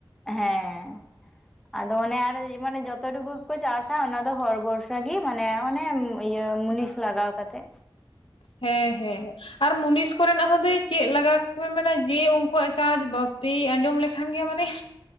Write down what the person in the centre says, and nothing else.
ᱦᱮᱸ ᱟᱫᱚ ᱚᱱᱮ ᱟᱨ ᱢᱟᱱᱮ ᱡᱚᱛᱚ ᱴᱩᱠᱩ ᱠᱩ ᱪᱟᱥᱟ ᱚᱱᱟ ᱫᱚ ᱦᱚᱲ ᱵᱚᱨᱥᱟ ᱜᱤ ᱢᱟᱱᱮ ᱚᱱᱮ ᱤᱭᱟᱹ ᱢᱩᱱᱤᱥ ᱞᱟᱜᱟᱣ ᱠᱟᱛᱮᱜ